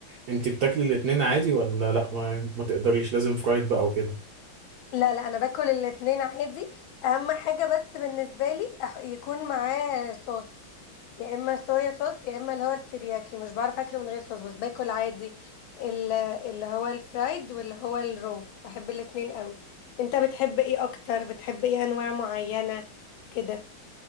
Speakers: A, on the right; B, on the left.
A: انت بتاكلي الاتنين عادي ولا لا ما, ما تقدريش لازم فرايد بقى وكده
B: لا لا انا باكل الاتنين عادي اهم حاجه بس بالنسبه لي أح- يكون معاه صوص يا اما صويا صوص يا اما اللي هو الترياكي مش بعرف اكله من غير صوص بس باكل عادي ال- اللي هو الفرايد واللي هو الرو بحب الاتنين قوي انت بتحب ايه اكتر بتحب ايه انواع معينه كده